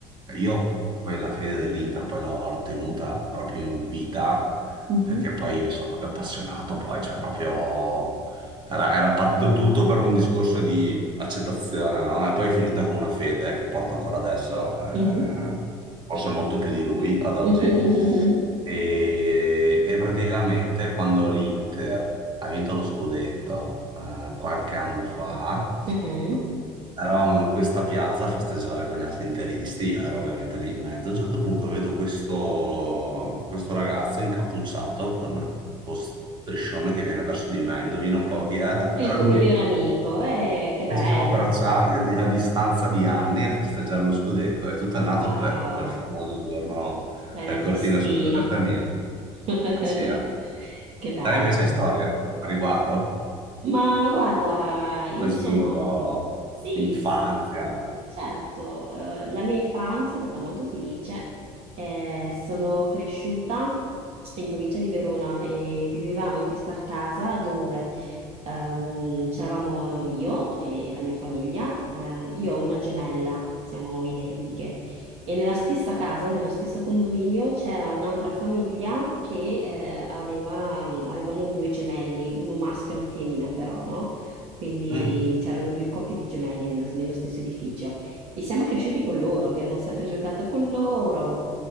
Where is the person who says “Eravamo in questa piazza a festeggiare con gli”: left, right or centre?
Right